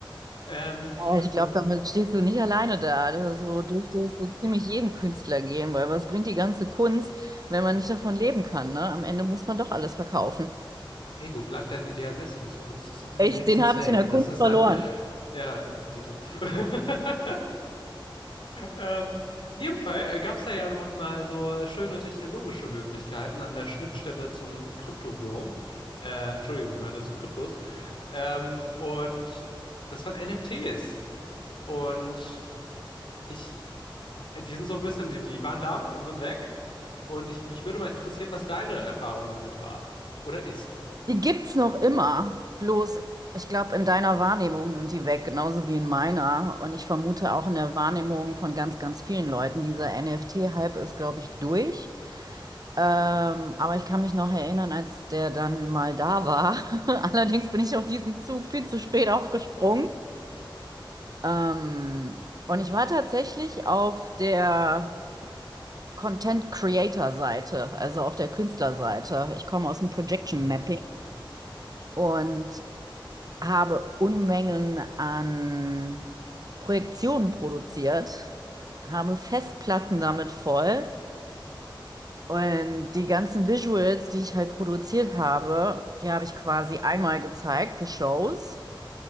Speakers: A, on the left; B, on the right.
A: Ähm,
B: aber ich
A: und
B: glaube, damit stehst du nicht alleine da. Das ist so dürfte es so ziemlich jedem Künstler gehen, weil was bringt die ganze Kunst, wenn man nicht davon leben kann, ne? Am Ende muss man doch alles verkaufen.
A: Hey, wo bleibt dein Idealismus? Kunst ist doch ein
B: Echt,
A: Selbstzweck.
B: den habe ich in der
A: Das
B: Kunst
A: ist
B: verloren.
A: ein. Ja, Dito. <laughs> Ähm, in jedem Fall gab es da ja noch mal so äh, schöne technologische Möglichkeiten an der Schnittstelle zum Crypto-Bro. Äh, Entschuldigung, ich meinte zu Kryptos. Ähm, und das waren NFTs. Und ich, die sind so ein bisschen, die, die waren da und sind weg. Und ich, mich würde mal interessieren, was deine Erfahrung damit war. Oder ist.
B: Die gibt's noch immer, bloß ich glaube, in deiner Wahrnehmung sind die weg, genauso wie in meiner. Und ich vermute auch in der Wahrnehmung von ganz, ganz vielen Leuten. Dieser NFT-Hype ist, glaube ich, durch. Ähm, aber ich kann mich noch erinnern, als der dann mal da war. <laughs> Allerdings bin ich auf diesen Zug viel zu spät aufgesprungen. Ähm, und ich war tatsächlich auf der Content Creator Seite, also auf der Künstlerseite. Ich komme aus dem Projection
A: Mhm.
B: Mapping und habe Unmengen an Projektionen produziert, habe Festplatten damit voll Und die ganzen Visuals, die ich halt produziert habe, die habe ich quasi einmal gezeigt für Shows